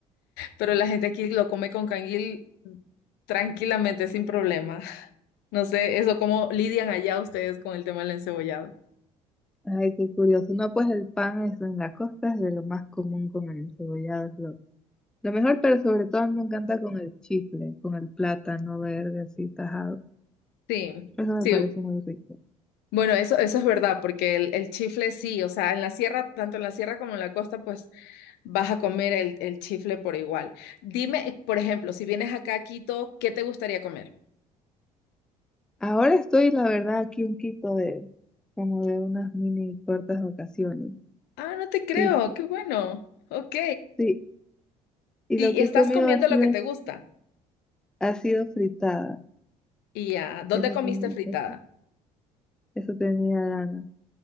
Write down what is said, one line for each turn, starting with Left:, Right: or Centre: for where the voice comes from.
Left: pero la gente aquí lo come con canguil tranquilamente, sin problema. <laughs> No sé, eso cómo lidian allá ustedes con el tema del encebollado.
Centre: Ay, qué curioso. No, pues el pan es en la costa es de lo más común con el encebollado. Es lo, lo mejor, pero sobre todo a mí me encanta con el chicle, con el plátano verde así tajado.
Left: Sí,
Centre: Eso me
Left: sí.
Centre: parece muy rico.
Left: Bueno, eso, eso es verdad, porque el, el chifle sí, o sea, en la sierra, tanto en la sierra como en la costa, pues vas a comer el, el chifle por igual. Dime, por ejemplo, si vienes acá a Quito, ¿qué te gustaría comer?
Centre: Ahora estoy, la verdad, aquí un quito de como de unas mini cortas vacaciones.
Left: Ah, no te creo,
Centre: Y
Left: qué bueno. Ok.
Centre: sí, y
Left: Y
Centre: lo que
Left: estás
Centre: he comido
Left: comiendo
Centre: ha sido,
Left: lo que te gusta.
Centre: ha sido fritada.
Left: Y ya, ¿dónde
Centre: Eso
Left: comiste
Centre: tenía,
Left: fritada?
Centre: eso, eso tenía ganas.